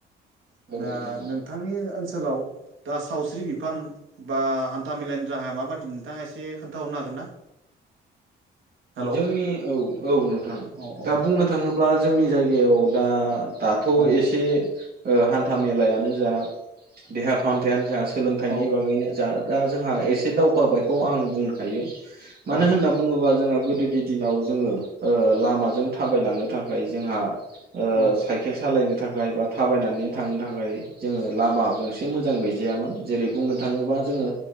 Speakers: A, on the right; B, on the right.
A: <inaudible>
B: औ नोंथां
A: ओ
B: औ
A: थांनि ओनसोलाव दा सावस्रि बिफान बा हान्था मेलानि राहाया माबायदि? थांआ एसे खोनथाहरनो हागोन ना? हेलौ
B: जोंनि औ औ नोंथां
A: औ
B: दा
A: औ
B: बुंनो थाङोब्ला जोंनि जायगायाव दा थ'
A: औ
B: एसे हान्था मेलायानो जा देहा फाहामथायानो जा सोलोंथाइनि
A: औ
B: बागैनो जा दा जोंहा एसे दावगाबायखौ आं बुंनो हायो। मानो
A: औ
B: होन्ना बुङोब्ला जोंहा गोदोनि दिनाव जोङो लामाजों थाबायलांनो थाखाय जोंहा
A: औ
B: सकेल सालायनो थाखाय बा थाबायनानै थांनो थाखाय। जोङो लामा गंसे मोजां गैजायामोन। जेरै बुंनो थाङोबा जोङो